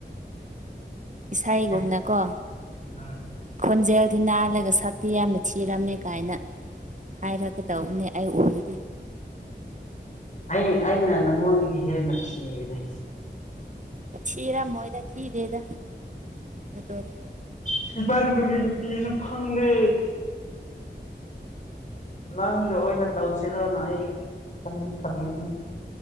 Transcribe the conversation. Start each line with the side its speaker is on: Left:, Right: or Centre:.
Right: ꯏꯁꯥꯒꯣꯝꯅꯀꯣ
Left: ꯑꯦ ꯎꯝ
Right: ꯈꯣꯟꯖꯦꯜꯗꯤ ꯅꯥꯜꯂꯒ ꯁꯛꯇꯤ ꯌꯥꯝꯅ ꯊꯤꯔꯝꯃꯦ ꯀꯥꯏꯅ ꯍꯥꯏꯔꯛꯒꯗꯧꯕꯅꯦ ꯑꯩ ꯎꯔꯤꯗꯤ
Left: ꯑꯩ ꯑꯩꯅ ꯂꯉꯣꯟꯗꯒꯤ ꯍꯦꯟꯅ ꯊꯤꯕꯅꯦ
Right: ꯁꯤꯔ ꯃꯣꯏꯗ ꯊꯤꯗꯦꯗ ꯑꯗꯨ ꯇ
Left: ꯁꯤꯕꯥꯕꯒꯤ ꯅꯨꯄꯤꯁꯨ ꯐꯪꯗꯦ ꯅꯪꯗ ꯑꯣꯏꯅ ꯇꯧꯁꯤꯔꯣꯅ ꯑꯩ ꯈ ꯈꯟꯕꯅꯦ